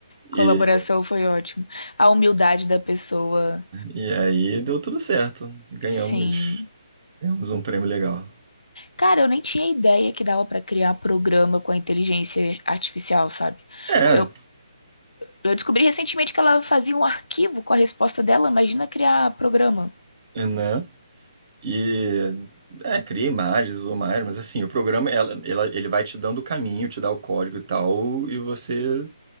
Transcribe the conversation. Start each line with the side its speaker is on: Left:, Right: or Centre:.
Right: e,
Left: colaboração foi ótimo. A humildade da pessoa,
Right: e aí deu tudo certo. Ganhamos,
Left: sim.
Right: ganhamos um prêmio legal.
Left: Cara, eu nem tinha ideia que dava pra criar programa com a inteligência artificial, sabe?
Right: É,
Left: Eu, eu descobri recentemente que ela fazia um arquivo com a resposta dela. Imagina criar programa.
Right: né? E é, cria imagens e tudo mais, mas assim, o programa ela, ela- ele vai te dando o caminho, te dá o código e tal, e você